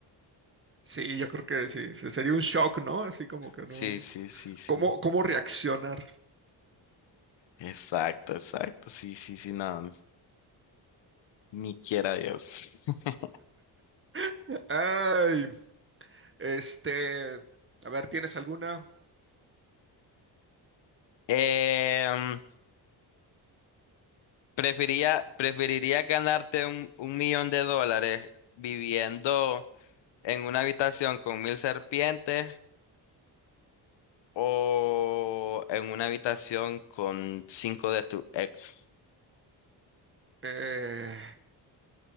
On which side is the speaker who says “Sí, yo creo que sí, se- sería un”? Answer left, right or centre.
Right